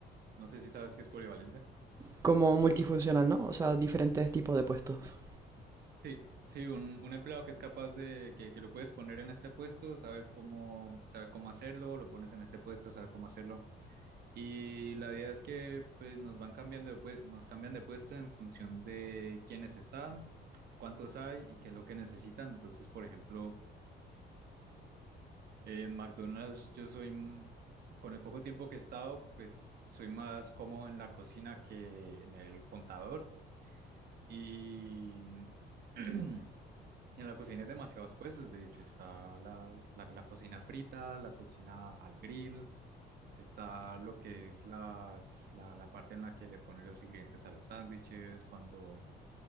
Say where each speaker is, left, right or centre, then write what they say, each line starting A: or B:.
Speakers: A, on the right; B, on the right.
A: No sé si sabes qué es polivalente.
B: Como multifuncional, ¿no? O sea, diferentes tipos de puestos.
A: Sí, sí, un, un empleado que es capaz de, que, que lo puedes poner en este puesto, sabe cómo, sabe cómo hacerlo, lo pones en este puesto, sabe cómo hacerlo. Y la idea es que pues, nos van cambiando de, pue- nos cambian de puesto en función de quiénes están, cuántos hay y qué es lo que necesitan. Entonces, por ejemplo, en McDonald's yo soy, m- con el poco tiempo que he estado, pues soy más cómodo en la cocina que en el contador. Y <clears throat> En la cocina hay demasiados puestos, de hecho está la, la, la cocina frita, la cocina al grill, está lo que es las, la, la parte en la que le ponen los ingredientes a los sándwiches, cuando,